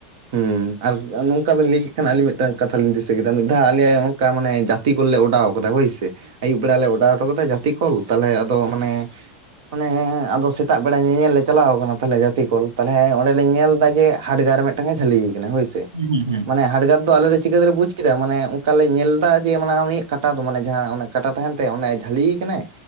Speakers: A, on the right; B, on the right.
A: ᱦᱮᱸ ᱟᱨ ᱱᱚᱝᱠᱟ ᱵᱤᱱ ᱞᱟᱹᱭ ᱠᱮᱫ ᱠᱷᱟᱱ ᱟᱞᱤᱧ ᱢᱤᱫᱴᱟᱝ ᱠᱟᱛᱷᱟ ᱞᱤᱧ ᱫᱤᱥᱟᱹ ᱠᱮᱫᱟ ᱢᱤᱫ ᱫᱷᱟᱣ ᱟᱞᱮᱭᱟᱜ ᱚᱱᱠᱟ ᱢᱟᱱᱮ ᱡᱟᱹᱛᱤ ᱠᱚᱨᱮᱞᱮ ᱚᱰᱟᱣ ᱟᱠᱟᱫᱟ ᱦᱳᱭᱥᱮ ᱟᱹᱭᱩᱵ ᱵᱮᱲᱟ ᱞᱮ ᱚᱰᱟᱣ ᱦᱚᱴᱚ ᱠᱟᱫᱟ ᱡᱷᱟᱛᱤ ᱠᱚᱞ ᱛᱟᱞᱦᱮ ᱟᱫᱚ ᱢᱟᱱᱮ ᱚᱱᱮ ᱟᱫᱚ ᱥᱮᱛᱟᱜ ᱵᱮᱲᱟ ᱧᱮᱧᱮᱞ ᱞᱮ ᱪᱟᱞᱟᱣ ᱠᱟᱱᱟ ᱛᱟᱞᱦᱮ ᱡᱟᱹᱛᱤ ᱠᱚᱞ ᱛᱟᱞᱦᱮ ᱚᱸᱰᱮ ᱧᱮᱞ ᱫᱟ ᱡᱮ ᱦᱟᱰᱜᱟᱨ ᱨᱮ ᱢᱮᱫᱴᱟᱝ ᱮ ᱡᱷᱟᱹᱞᱤᱭ ᱠᱟᱱᱟ ᱦᱳᱭᱥᱮ
B: ᱦᱩᱸ ᱦᱩᱸ ᱦᱩᱸ
A: ᱢᱟᱱᱮ ᱦᱟᱰᱜᱟᱨ ᱫᱚ ᱟᱞᱮ ᱫᱚ ᱪᱤᱠᱟᱹ ᱛᱮᱞᱮ ᱵᱩᱡ ᱠᱮᱫᱟ ᱢᱟᱱᱮ ᱚᱱᱠᱟ ᱞᱮ ᱧᱮᱞ ᱫᱟ ᱡᱮ ᱢᱟᱱᱮ ᱩᱱᱤᱭᱟᱜ ᱠᱟᱴᱟ ᱫᱚ ᱢᱟᱱᱮ ᱡᱟᱦᱟᱸ ᱚᱱᱟ ᱠᱟᱴᱟ ᱛᱟᱦᱮᱱ ᱛᱟᱭᱟ ᱚᱱᱟᱭ ᱡᱟᱹᱞᱤ ᱠᱟᱱᱟᱭ